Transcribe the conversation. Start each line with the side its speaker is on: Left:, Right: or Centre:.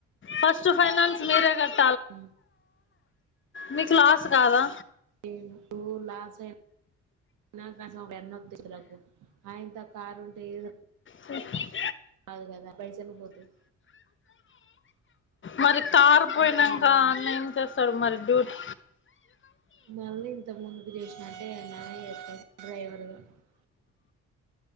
Left: ఫస్ట్ ఫైనాన్స్ మీరే గట్
Right: <inaudible>
Left: మీకు లాస్ కాదా
Right: తీసుకురాపో ఆయంత కారు ఉంటే ఏదో
Left: సె
Right: కాదు కదా పైసలు పోతాయి
Left: మరి కారు పోయినాక
Right: లక్ష యాభైవేలు
Left: అన్న ఏం చేస్తాడు మరి డ్యూటీ
Right: మళ్ళీ ఇంత ముందుకు చేసినాటే <unintelligible> కూడా డ్రైవర్ <unintelligible>